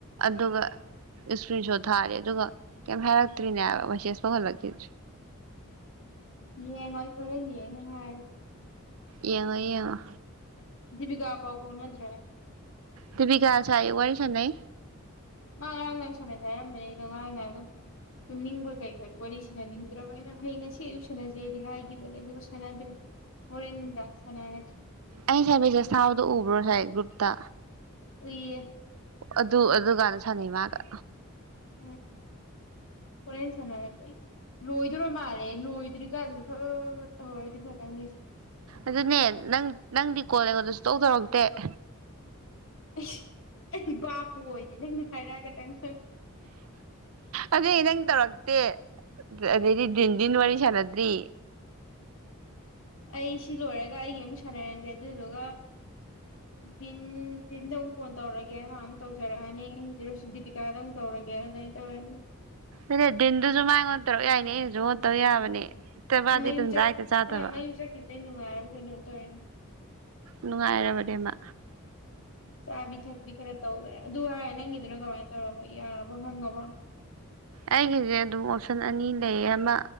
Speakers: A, on the right; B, on the left.
A: ꯑꯗꯨꯒ ꯏꯁꯀ꯭ꯔꯤꯟ ꯁꯣꯠ ꯊꯥꯔꯦ ꯑꯗꯨꯒ ꯀꯩꯝ ꯍꯥꯏꯔꯛꯇ꯭ꯔꯤꯅꯦꯕ ꯃꯋꯦꯁꯦꯁ ꯐꯧꯈꯜꯂꯛꯇꯦ <inaudible>
B: ꯂꯑꯦ ꯉꯣꯏ ꯈꯔ ꯂꯌꯦ ꯉ ꯍꯥꯏ
A: ꯌꯦꯉ ꯌꯦꯉ
B: ꯤꯕꯀꯥ ꯄꯥꯎꯕꯅ ꯑꯗꯨ꯭ꯔ
A: ꯇ ꯄꯤꯒꯒꯥꯁꯏ ꯋꯥꯔꯤꯔꯁꯅ
B: ꯃꯥ ꯉꯔꯥꯡ ꯅꯍ ꯁꯥꯟꯅꯖꯦ ꯍꯥꯏꯔꯝꯕꯅꯤ ꯑꯩꯅꯣ ꯉꯔꯥꯡ ꯅꯍ ꯑꯗꯨꯝ ꯇꯨꯝꯅꯤꯡꯕ ꯀꯩꯀꯩ ꯋꯥꯔꯤ ꯁꯥꯟꯅꯅꯤꯡꯗ꯭ꯔꯕ ꯑꯩꯅ ꯍꯌꯦꯡ ꯉꯁꯤ ꯑꯌꯨꯛ ꯁꯥꯟꯅꯖꯩꯗꯤ ꯍꯥꯏꯈꯤꯕꯅꯦ ꯑꯗꯨꯒ ꯁꯥꯟꯅꯗ꯭ꯔꯦ ꯍꯣꯔꯦꯟ ꯅꯨꯡꯗꯥꯡ ꯁꯥꯟꯅꯔꯁꯦ
A: ꯑꯩ ꯁꯁꯥꯎꯗ ꯎꯕ꯭ꯔꯣ ꯁꯥꯏ ꯒ꯭ꯔꯨꯞꯇ
B: ꯎꯏꯌꯦ
A: ꯑꯗꯨ ꯑꯗꯨ ꯀꯥꯟꯗ ꯁꯥꯟꯅꯩ ꯃꯥꯒ
B: ꯎꯝ ꯍꯣꯔꯦꯟ ꯁꯥꯟꯅꯔꯒ ꯑꯩ ꯂꯣꯏꯗꯔ ꯃꯥꯜꯂꯦ ꯂꯣꯏꯗ꯭ꯔꯤꯀꯥꯟꯗ ꯐ ꯇꯧꯍꯧꯣꯏꯗꯤ ꯐꯠꯇꯪꯅꯤ
A: ꯑꯗꯨꯅꯦ ꯅꯪ ꯅꯪꯗꯤ ꯀꯣꯜꯂꯉꯣꯟꯗ ꯁꯇꯣꯛ ꯇꯧꯔꯛꯇꯦ <inaudible>
B: ꯑꯩꯁ ꯑꯩ ꯏ ꯕꯥꯄꯨ ꯑꯣꯏꯗꯤ ꯅꯪꯅꯦ ꯍꯥꯏꯥꯏꯔꯒꯦꯪ
A: ꯑꯗꯨꯗ ꯏꯅꯪ ꯇꯔꯣꯒ ꯦ ꯑꯗꯩꯗꯤ ꯤꯟꯗꯟ ꯋꯥꯔꯤ ꯆꯅꯗ꯭ꯔꯤ
B: ꯑꯩ ꯁꯤ ꯂꯣꯏꯔꯒ ꯑꯩꯒꯤ ꯑꯃꯨꯛ ꯁꯥꯟꯅꯔꯁꯦ ꯑꯗꯨꯗꯨꯒ <inaudible> ꯐꯣꯟ ꯇꯧꯔꯒꯦ ꯃꯥ ꯑꯃꯨꯛ ꯇꯧꯖꯔꯛꯑꯅꯤ ꯗꯤꯇꯤꯀꯥꯗ ꯑꯃꯨꯛ ꯇꯧꯔꯒꯦ ꯑꯗꯨꯗꯥꯏ ꯇꯧꯔꯅꯤ
A: ꯑꯗꯨ ꯗꯤꯟꯗꯨꯁꯨ ꯃꯥꯡꯉꯣꯟꯟ ꯇꯔꯣ ꯌꯥꯏꯅꯦ ꯑꯩꯉꯣꯟꯗ ꯇꯧ ꯌꯥꯕꯅꯦ ꯍꯦꯛꯇ ꯃꯥꯗꯤ
B: ꯃꯌꯨꯝꯆꯠ
A: ꯇꯟꯖꯥ ꯍꯦꯛꯇ ꯆꯥꯗꯕ
B: ꯃꯥ ꯃꯌꯨꯝꯆꯠ ꯈꯤꯗ ꯅꯨꯡꯉꯥꯏꯔꯕ ꯀꯩꯩꯅꯗꯣꯝ ꯇꯧꯋꯤꯅꯦ
A: ꯅꯨꯡꯉꯥꯏꯔꯕꯅꯦꯃ
B: ꯆꯥꯕꯤ ꯊꯛꯄꯤ ꯈꯔ ꯇꯧꯈ꯭ꯔꯥ ꯑꯗꯨ ꯍ ꯅꯪꯒꯤꯗꯨꯅꯣ ꯀꯃꯥꯏꯅ ꯇꯧꯔꯕꯣ ꯌꯥꯕ ꯍꯪꯉꯕ
A: ꯑꯩꯒꯤꯁꯦ ꯑꯗꯨꯝ ꯑꯣꯞꯁꯟ ꯑꯅꯤ ꯂꯩꯌꯦ ꯑꯃ